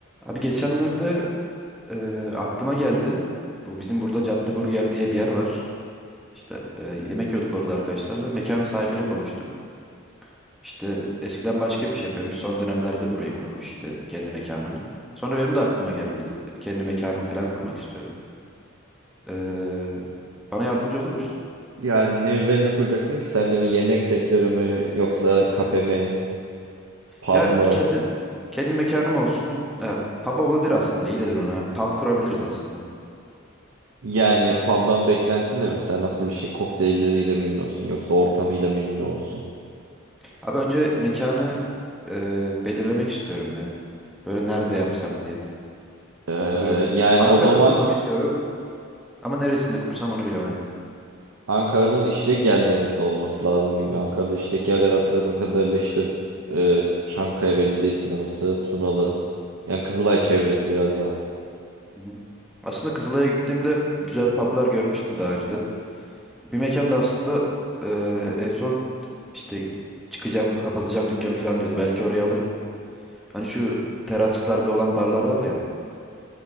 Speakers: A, in the centre; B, on the right (about 80°).
A: Abi geçenlerde e, aklıma geldi. Bu bizim burada Cadde Burger diye bir yer var. İşte e, yemek yiyorduk orada arkadaşlarla. Mekanın sahibiyle konuştuk. İşte eskiden başka bir şey yapıyormuş. Son dönemlerde burayı kurmuş işte kendi mekanını. Sonra benim de aklıma geldi. Kendi mekanımı falan kurmak istiyorum. Eee, bana yardımcı olur musun?
B: Yani ne üzerine kuracaksın ki? Sen de bir yemek sektörü mü yoksa kafe mi, pub
A: Ya
B: mı?
A: kendi kendi mekanım olsun. Ha, pub olabilir aslında. İyi dedin ona. Pub kurabiliriz aslında.
B: Yani pub'dan beklentin de mesela nasıl bir şey? Kokteylleriyle mi ünlü olsun yoksa ortamıyla mı ünlü olsun?
A: Abi önce mekanı eee, belirlemek istiyorum ya. Böyle nerede yapsam diye.
B: Ee,
A: Ya Böyle
B: yani
A: Ankara'da
B: o zaman
A: kurmak istiyorum. ama neresinde kursam onu bilemedim.
B: Ankara'nın işlek yerlerinde olması lazım gibi. Ankara'da işlek yerleri hatırladığım kadarıyla işte e, Çankaya Belediyesi'nin orası, Tunalı. Yani Kızılay çevresi biraz daha.
A: Hı hı. Aslında Kızılay'a gittiğimde güzel publar görmüştüm daha önceden. Bir mekanda aslında eee, en son işte çıkacağım, kapatacağım dükkanı falan diyordu. Belki oraya alırım. Hani şu teraslarda olan barlar var ya.